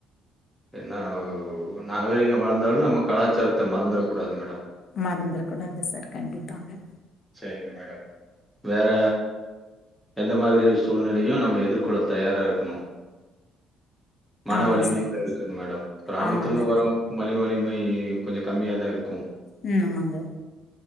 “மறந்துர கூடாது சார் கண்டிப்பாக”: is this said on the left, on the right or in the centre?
Left